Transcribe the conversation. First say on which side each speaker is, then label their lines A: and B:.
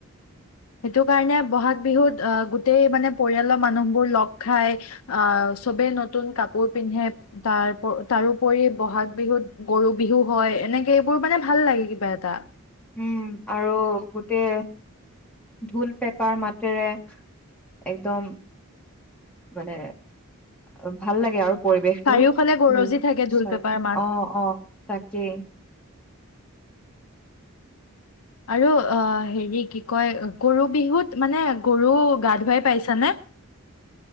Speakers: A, on the left (about 70°); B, in the centre.
A: সেইটো কাৰণে ব'হাগ বিহুত আহ গোটেই মানে পৰিয়ালৰ মানুহবোৰ লগ খাই। আহ, চবেই নতুন কাপোৰ পিন্ধে তাৰ তাৰোপৰি বহাগ বিহুত গৰু বিহু হয়, এনেকে এইবোৰ মানে ভাল লাগে কিবা এটা।
B: উম, আৰু গোটে ঢোল, পেপাৰ মাতেৰে, একদম মানে, অ ভাল লাগে আৰু। পৰিৱেশটো,
A: চাৰিওফালে গৰজি
B: ঢোল
A: থাকে ঢোল
B: চয়
A: পেপাৰ মাত
B: অ অ তাকে।
A: আৰু অ হেৰি কি কয়, গৰু বিহুত মানে গৰু গা ধুৱাই পাইছানে?